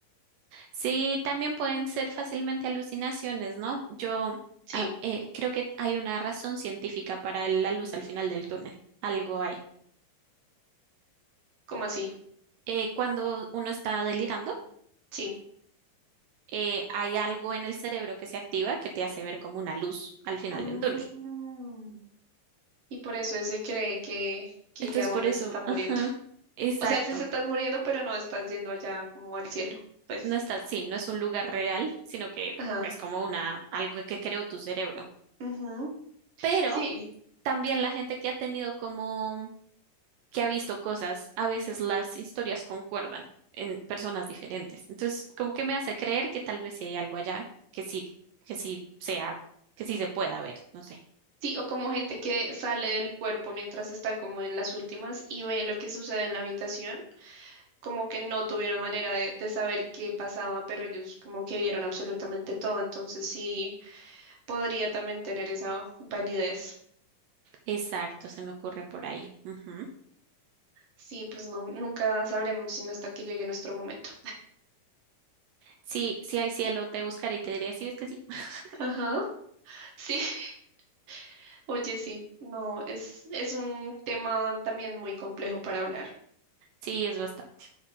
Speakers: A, on the right (about 80°); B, on the right (about 50°).
A: Sí, también pueden ser fácilmente alucinaciones, ¿no? Yo
B: sí,
A: ah, eh, creo que hay una razón científica para la luz al final del túnel. Algo hay.
B: como así.
A: Eh, cuando uno está delirando,
B: Sí.
A: eh, hay algo en el cerebro que se activa que te hace ver como una luz al final
B: Mm,
A: de un túnel.
B: Y por eso él se cree que, que
A: Entonces,
B: ya uno
A: por eso,
B: está muriendo.
A: ajá,
B: <laughs>
A: exacto.
B: O sea, sí se estás muriendo, pero no estás yendo allá como al cielo. Pues,
A: No está, sí, no es un lugar real, sino que
B: ajá.
A: es como una, algo que, que creó tu cerebro.
B: Ujú.
A: Pero
B: Sí,
A: también la gente que ha tenido como, que ha visto cosas, a veces las historias concuerdan en personas diferentes. Entonces, como que me hace creer que tal vez sí hay algo allá, que sí, que sí sea, que sí se pueda ver, no sé.
B: sí, o como gente que sale del cuerpo mientras está como en las últimas y ve lo que sucede en la habitación, como que no tuvieron manera de, de saber qué pasaba, pero ellos como que vieron absolutamente todo. Entonces sí, podría también tener esa validez.
A: Exacto, se me ocurre por ahí. Ujú.
B: Sí, pues no, nunca sabremos sino hasta que llegue nuestro momento.
A: Sí, sí hay cielo, te buscaré y te diré si ves que sí. <laughs>
B: <laughs> Ajá. Sí, <laughs> oye, sí, no, es, es un tema también muy complejo para hablar.
A: Sí, es bastante,